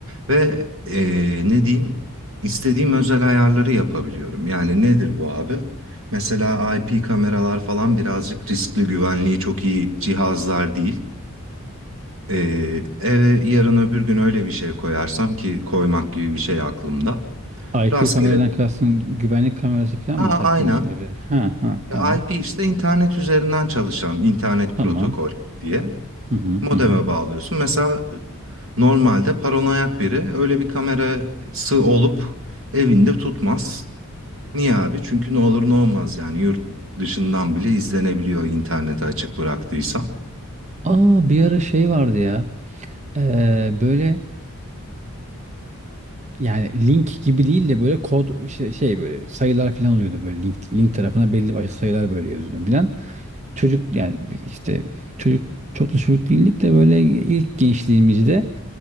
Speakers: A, on the right; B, on the right.
A: Ve ee, ne diyeyim? istediğim özel ayarları yapabiliyorum. Yani nedir bu abi? Mesela IP kameralar falan birazcık riskli, güvenliği çok iyi cihazlar değil. Ee, eve yarın öbür gün öyle bir şey koyarsam ki koymak gibi bir şey aklımda.
B: IP
A: Rastgele.
B: kameradan kastın güvenlik kamerası falan
A: Aa,
B: mı taktırıyorsun
A: aynen.
B: evlere? Ha ha
A: Ya
B: tamam.
A: IP işte internet üzerinden çalışan internet
B: Tamam.
A: protokol diye
B: Hı hı
A: modeme
B: hı. hı.
A: bağlıyorsun. Mesela e, normalde paranoyak biri öyle bir kamerası olup evinde tutmaz. Niye abi? Çünkü ne olur ne olmaz yani yurt dışından bile izlenebiliyor internete açık bıraktıysa.
B: Aa bir ara şey vardı ya. Ee, böyle yani link gibi değil de böyle kod işte şey böyle sayılar falan oluyordu böyle link link tarafına belli başlı sayılar böyle yazıyordu falan. Çocuk yani biz işte çocuk çok da çocuk değildik de böyle ilk gençliğimizde